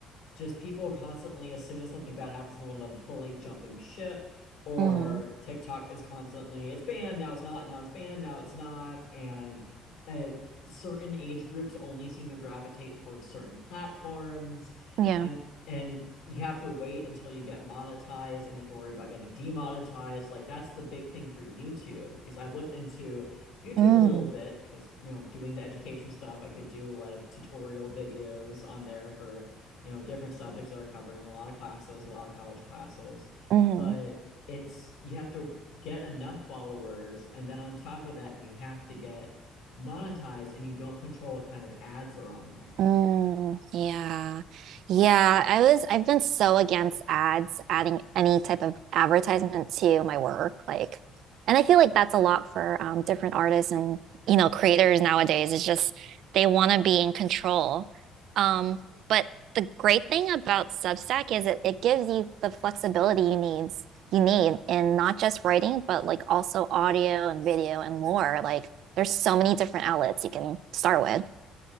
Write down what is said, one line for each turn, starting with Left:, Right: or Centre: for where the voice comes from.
Left: just people constantly, as soon as something bad happens to one of them, fully jumping ship, or
Right: hmm
Left: TikTok is constantly, it's banned, now it's not, now it's banned, now it's not. And uh, certain age groups only seem to gravitate towards certain platforms.
Right: Yeah.
Left: I'm, and you have to wait until you get monetized and you have to worry about getting demonetized. Like that's the big thing for YouTube because I've looked into YouTube
Right: Mm-hmm.
Left: a little bit because, you know, doing the education stuff, I could do like tutorial videos on there for you know, different subjects that are covered in a lot of classes, a lot of college classes,
Right: Mm-hmm.
Left: but it's you have to get enough followers, and then on top of that, you have to get monetized and you don't control what kind of ads are on there.
Right: Mm, yeah. Yeah, I was I've been so against ads, adding any type of advertisement to my work. Like, and I feel like that's a lot for um, different artists and, you know, creators nowadays. It's just they want to be in control. Um, but the great thing about Substack is it, it gives you the flexibility you needs you need in not just writing, but like also audio and video and more. Like, there's so many different outlets you can start with.